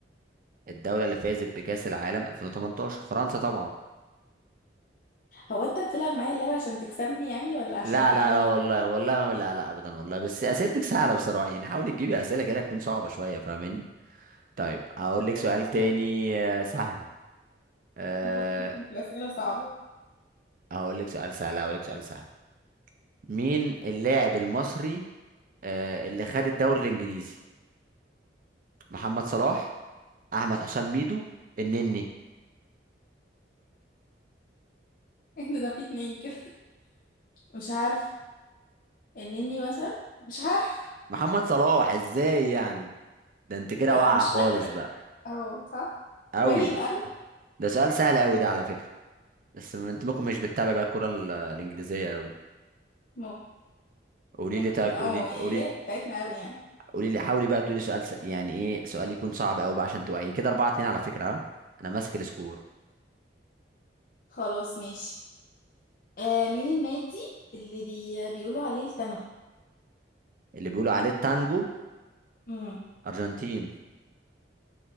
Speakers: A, on the right; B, on the left.
A: الدوله اللي فازت بكاس العالم 2018 فرنسا طبعا
B: هو انت بتلعب معايا اللعبه عشان تكسبني يعني ولا عشان
A: لا لا
B: ايه
A: لا والله والله ما لا لا ابدا والله بس اسئلتك سهله بصراحه يعني حاولي تجيبي اسئله كده تكون صعبه شويه فاهماني طيب هقول
B: <laughs>
A: لك سؤال تاني آه، سهل أه
B: أفكر في أسئلة صعبة
A: هقول لك سؤال سهل هقول لك سؤال سهل مين اللاعب المصري أه اللي خد الدوري الانجليزي محمد صلاح احمد حسام ميدو النني
B: إيه ده ده في اتنين كده مش عارف النني مثلا مش عارف
A: محمد صلاح ازاي يعني ده انت كده
B: بقى
A: واقعه
B: مش
A: خالص
B: فاكرة
A: بقى
B: اه صح
A: قوي
B: باين أوي
A: ده سؤال سهل قوي ده على فكره بس ما انت ممكن مش بتتابع بقى الكره ال- الانجليزيه قوي
B: م-
A: قولي
B: ممكن
A: لي طيب
B: اه
A: قولي لي
B: يعني
A: قولي
B: ليا في بتاعتنا أوي يعني
A: قولي لي حاولي بقى تقولي سؤال س... يعني ايه سؤال يكون صعب قوي بقى عشان توعيني كده 4 2 على فكرة ها انا ماسك السكور
B: خلاص ماشي آه مين النادي اللي بي... بيقولوا عليه التنغ
A: اللي بيقولوا عليه التانجو
B: امم
A: ارجنتين